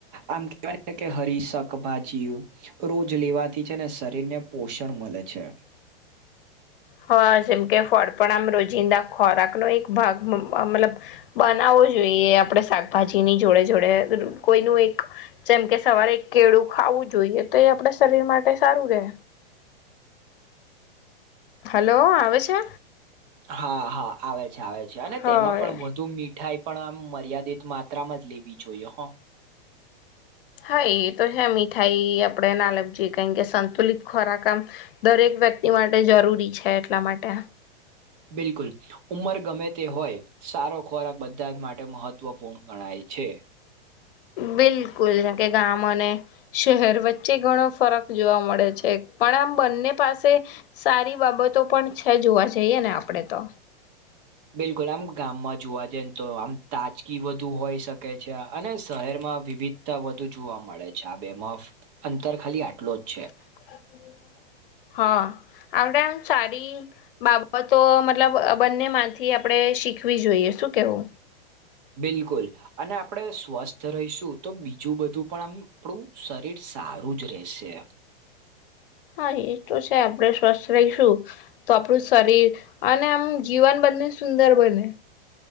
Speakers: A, on the right (about 45°); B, on the left (about 60°).
A: આમ કેવાય ન કે હરી શકભાજીઓ રોજ લેવાથી છેને શરીરને પોષણ મળે છે.
B: હ જેમકે ફળ પણ આમ રોજિંદા ખોરાકનો એક ભાગ મતલબ બનાવો જોઈએ. આપડે શાકભાજીની જોડે-જોડે કોઈનું એક જેમ કે સવારે એક કેળું ખાવું જોઈએ. તો એ આપડા શરીર માટે સારું રહે. હલો આવે છે?
A: હા હા આવે છે, આવે છે. અને
B: હા.
A: તેમાં પણ વધુ મીઠ ઠાઈ પણ આમ મર્યાદિત માત્રામાં જ લેવી જોઈએ હો
B: હા એતો હે મીઠાઈ આપડેના કારણ કે સંતુલિત ખોરાક આમ દરેક વ્યક્તિ માટે જરૂરી છે. એટલા માટે
A: બિલકુલ ઉંમર ગમે તે હોય સારો ખોરાક બધા જ માટે મહત્વપૂર્ણ ગણાય છે.
B: બિલકુલ, જેમ કે ગામ અને શેહેર વચ્ચે ઘણો ફરક જોવા મળે છે. પણ આમ બંને પાસે સારી બાબતો પણ છે. જોવા જઈએ ને આપડે તો
A: બિલકુલ આમ ગામમાં જોવા જયે ન તો આમ તાજગી વધુ હોય શકે છે. અને શહેરમાં વિવિધતા વધુ જોવા મળે છે. આ બેમાં- અંતર ખાલી આટલો જ છે.
B: <inaudible> હા આપડે આમ સારી બાબતો મતલબ બંને <unintelligible> થી આપડે શીખવી જોઈએ શું કેહવું
A: બિલકુલ અને આપણે સ્વસ્થ રહીશું તો બીજું બધું પણ આમ આપણું શરીર સારું જ રહેશે.
B: હા એ તો છે. આપણે સ્વસ્થ રહીશું તો આપણું શરીર અને આમ જીવન બંને સુંદર બને